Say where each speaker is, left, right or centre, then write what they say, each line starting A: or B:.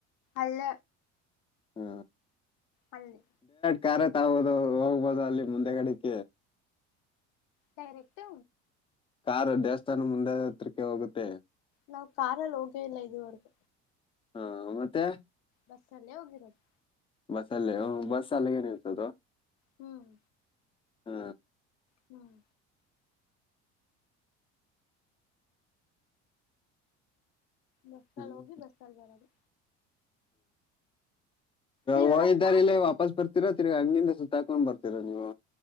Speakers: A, on the left (about 65°); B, on the left (about 15°).
A: ಅಲ್ಲ
B: ಹ್ಮ
A: ಅಲ್ಲಿ
B: ಕರೆ ತಗೋದು ಹೋಗ್ಬೋದು ಅಲ್ಲಿ ಮುಂದೆಗಡೆಿಕ
A: ಡೈರೆಕ್ಟ
B: ಕಾರಾರ್ು ದೇವಸ್ಥಾನ ಮುಂದೆ ಹತ್ರಕ್ಕೆ ಹೋಗುತ್ತೆ
A: ನಾವು ಕಾರಲ್ಲಿ ಹೋಗೇ ಇಲ್ಲ ಇದುವರೆಗ
B: ಹಾ ಮತ್ತೆ
A: ಬಸ್ಸಲ್ಲೇ ಹೋಗಿರೋದು
B: ಬಸ್ ಅಲ್ಲೇ ಹ ಬಸ್ ಅಲ್ಲ ಏನ್ ಇರ್ತದ
A: ಹ್ಮ್
B: ಹಾ
A: ಹ್ಮ್ ಬಸ್ಲ್ಲಿ
B: ಹ್ಮ್
A: ಹೋಗಿ ಬಸ್ಲ್ಲಿ ಬರೋದು ನೀವೆಲ್ಲಾ
B: ಹೋೋಗ್ದಾರ
A: ಕಾರ್
B: ಇಲ್ಲ ವಾಪಸ್ ಬರ್ತೀರಾ ತಿರಿಗ ಹಂಗಿಂದ ಸುತ್ತಾಕೊಂಡ್ ಬರ್ತೀರಾ ನೀವು